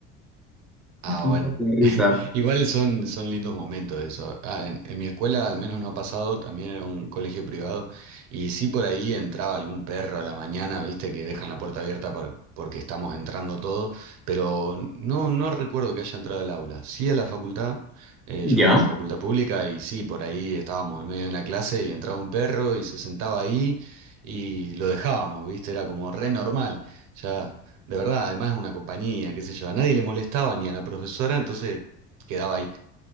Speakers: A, on the right; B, in the centre.
A: Ah,
B: <laughs>
A: bueno.
B: De risa.
A: <laughs> Igual son, son lindos momentos eso. Ah, en, en mi escuela al menos no ha pasado, también era un colegio privado, y sí por ahí entraba algún perro a la mañana, viste, que dejan la puerta abierta por- porque estamos entrando todo, pero no, no recuerdo que haya entrado al aula. Sí a la facultad, eh,
B: Ya.
A: yo fui a una facultad pública y sí, por ahí estábamos en medio de una clase y entraba un perro y se sentaba ahí y lo dejábamos, viste, era como re normal. Ya De verdad, además es una compañía, qué sé yo. A nadie le molestaba ni a la profesora, entonces quedaba ahí.